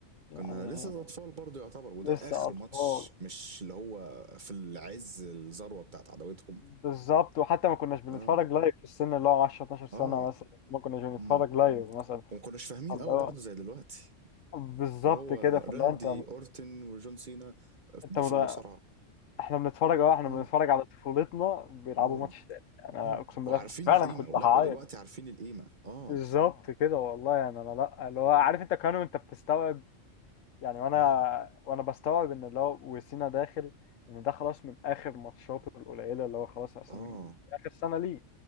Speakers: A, on the left; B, on the right.
A: يعني
B: كنا لسه اطفال برضه يعتبر وده
A: لسه
B: اخر
A: اطفال
B: ماتش مش اللي هو في العز الذروه بتاعت عداوتهم
A: بالظبط وحتى ما كناش بنتفرج
B: اه
A: لايف في السن اللي هو 10 12 سنه
B: اه
A: مثلا ما كناش بنتفرج
B: امم
A: لايف مثلا
B: وما كناش فاهمين
A: اللي
B: قوي
A: هو
B: برضه زي دلوقتي
A: بالظبط
B: اللي هو
A: كده فاللي
B: راندي
A: هو انت
B: اورتن وجون سينا آه،
A: انت مت...
B: في المصارعه
A: احنا بنتفرج اه احنا
B: اه
A: بنتفرج على طفولتنا بيلعبوا
B: اه
A: ماتش تاني انا
B: اه
A: اقسم بالله
B: وعارفين
A: فعلا
B: القيمه
A: كنت هعيط
B: لا ودلوقتي عارفين القيمه اه
A: بالظبط كده والله يعني انا لا اللي هو عارف انت كمان وانت بتستوعب يعني وانا
B: اه
A: وانا بستوعب ان اللي هو وسينا داخل ان ده خلاص من اخر ماتشاته القليله اللي هو خلاص اصلا
B: اه
A: اخر سنه ليه